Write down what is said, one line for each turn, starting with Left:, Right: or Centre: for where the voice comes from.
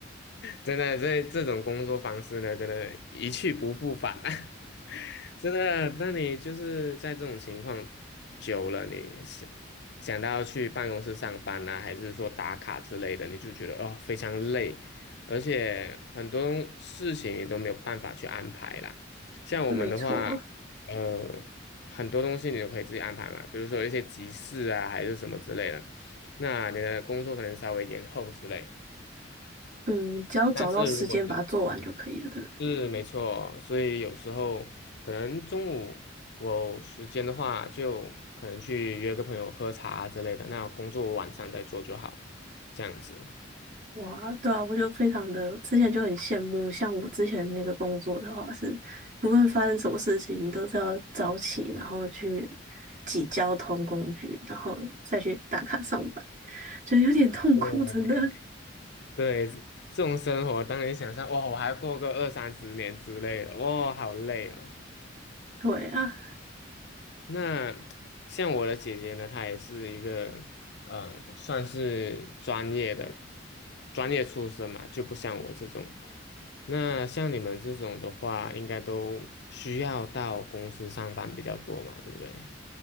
Left: 真的，这这种工作方式呢，真的，一去不复返啊！<laughs> 真的，那你就是在这种情况久了，你想想到去办公室上班啊，还是说打卡之类的，你就觉得哦非常累，而且很多事情你都没有办法去安排啦。像我们的话，
Right: 没错，
Left: 呃，很多东西你都可以自己安排嘛，比如说一些急事啊，还是什么之类的，那你的工作可能稍微延后之类。
Right: 嗯，只要找到时间把它做完就可以了，
Left: 但是如果是
Right: 对不对
Left: 是没错，所以有时候可能中午我有时间的话，就可能去约个朋友喝茶之类的。那工作我晚上再做就好，这样子。
Right: 哇，对啊，我就非常的，之前就很羡慕，像我之前那个工作的话是，不论发生什么事情，你都是要早起，然后去挤交通工具，然后再去打卡上班，觉得有点痛苦，
Left: 对，
Right: 真的。<laughs>
Left: 对，这种生活当你想象，哇，我还过个二三十年之类的，哇，好累哦。
Right: 对啊，
Left: 那像我的姐姐呢，她也是一个，嗯、算是专业的，专业出身嘛，就不像我这种。那像你们这种的话，应该都需要到公司上班比较多嘛，对不对？